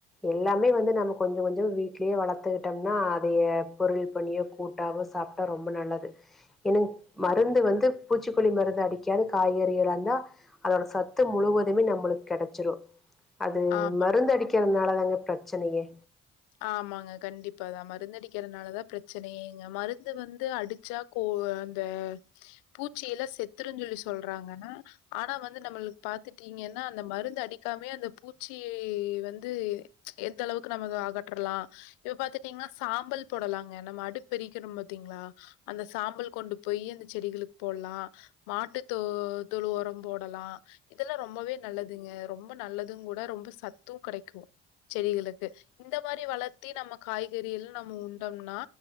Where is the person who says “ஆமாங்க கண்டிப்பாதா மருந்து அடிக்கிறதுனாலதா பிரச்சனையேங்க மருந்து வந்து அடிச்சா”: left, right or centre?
Left